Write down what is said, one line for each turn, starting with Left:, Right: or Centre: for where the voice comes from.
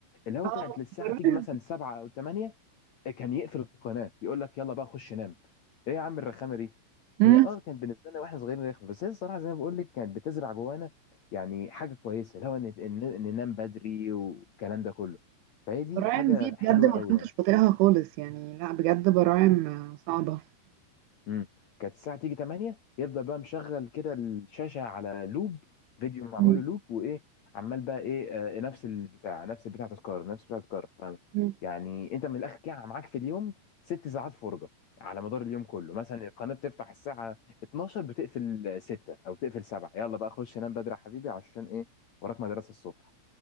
Left: اللي هو
Right: اه
Left: كانت للساعه
Right: براعم
Left: تيجي مثلا 7 او 8 كان يقفل القناه يقول لك يلا بقى خش نام ايه يا عم الرخامه دي
Right: مم.
Left: هي اه كانت بالنسبه لنا واحنا صغيرين رخمه بس هي الصراحه زي ما بقول لك كانت بتزرع جوانا يعني حاجه كويسه لو ان إن- إن ننام بدري والكلام ده كله فهي دي
Right: براعم
Left: حاجه
Right: دي بجد
Left: حلوه
Right: ما
Left: قوي
Right: كنتش
Left: يعني
Right: بطيقها خالص يعني لا بجد براعم آه، صعبة
Left: امم كانت الساعة تيجي 8 يفضل بقى مشغل كده الشاشة على لوب فيديو معمول
Right: مم.
Left: له لوب وإيه عمال بقى إيه آه نفس البتاع نفس البتاع تذكار نفس البتاع تذكار ف
Right: مم.
Left: يعني أنت من الآخر كده معاك في اليوم ست ساعات فرجة على مدار اليوم كله مثلا القناة بتفتح الساعة 12 بتقفل 6 أو تقفل 7 يلا بقى خش نام بدري يا حبيبي عشان إيه وراك مدرسة الصبح